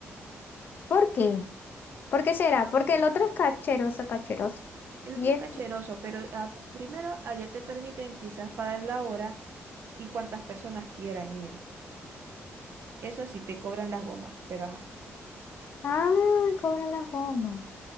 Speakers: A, on the left; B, on the right.
A: ¿Por qué? ¿Por qué será? Porque el otro es cacheroso, cacheroso.
B: El otro
A: Y este.
B: es cacheroso, pero ah, primero allá te permiten quizás pagar la hora y cuántas personas quieran ir. Eso sí, te cobran las gomas, pero ajá,
A: Ah, cobran las gomas.